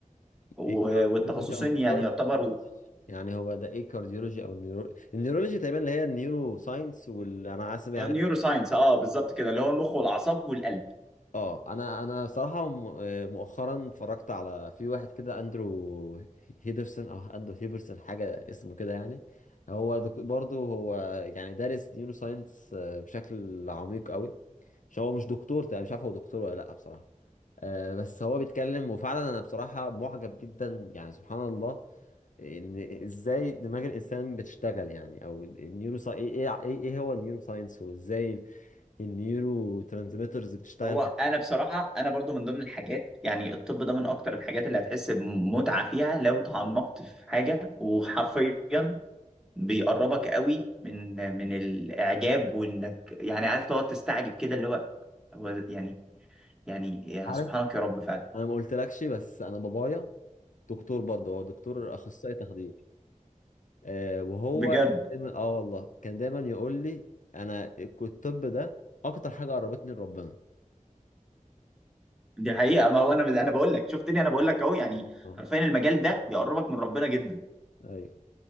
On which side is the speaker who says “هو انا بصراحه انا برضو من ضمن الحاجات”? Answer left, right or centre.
Centre